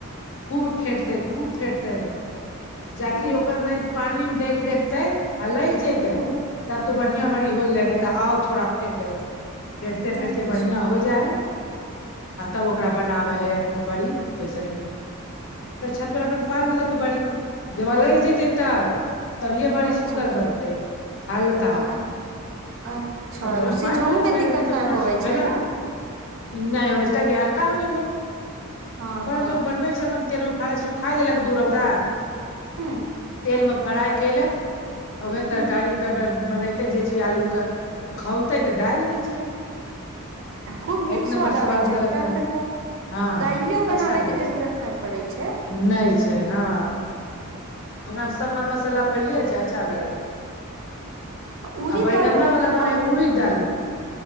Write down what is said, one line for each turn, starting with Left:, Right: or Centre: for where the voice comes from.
Left: खूब फेटतै खूब फेटतै जाकि
Right: हूँ
Left: ओकर नहि पानिमे देके देखतै आ लागि जेतै
Right: हूँ
Left: तब तो बढ़िआँ
Right: हूँ
Left: बढ़ी होइ गेलै नहि तऽ आउ थोड़ा फेटै फेटते फेटते
Right: अच्छा
Left: बढ़िआं हो जाइ हय आ तब ओकरा बनाबै हइद बड़ी ओहिसे ही फेर छत पर अपन पारि देलक बड़ी जब अलगि जेतै तब तभिए बड़ी
Right: अच्छा
Left: सुन्दर
Right: अच्छा
Left: बनते हल्का
Right: अ- अच्छा
Left: ओकर
Right: ओ सिझहुमे
Left: पाइर लै छै आदमी
Right: दिक्कत नहि
Left: तऽ अपना
Right: होबै
Left: सुखै
Right: छै
Left: लए
Right: ने
Left: नहि ओय से की हलका हो गेलय
Right: हँ
Left: ओकरा
Right: हँ
Left: लोक बनबै छै अपन तेल मे फड़ सुखा लेलक दू रौदा
Right: ह्म्म
Left: तेल मे फ्राई केलक आ उएहे
Right: हूँ
Left: तरकारी उरकार बनेते जे चीज आलू के खौलते तऽ डालि दै छै
Right: आ खूब नीक
Left: एक
Right: स्वाद
Left: नम्बर
Right: आबै छै
Left: लग
Right: ओकरा
Left: क
Right: आरमे तऽ
Left: हँ
Right: दाइलियो
Left: अच्छा
Right: बनाबयके
Left: लगै
Right: जरूरत
Left: छै
Right: नहि पड़ैत छै
Left: नहि छै हँ ओकरा मे सब मे मसाला पड़ियए जाय छै अच्छा लगे
Right: उड़ीद
Left: आ बैगनमा
Right: दाल वाला
Left: बला बना
Right: आ
Left: उड़ी दालमे